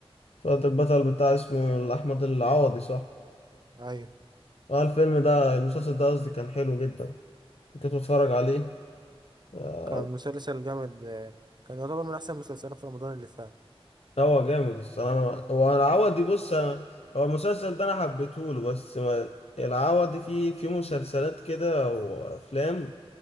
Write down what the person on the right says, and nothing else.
ايوه
كان مسلسل جامد آه، كان يعتبر من احسن المسلسلات في رمضان اللي فات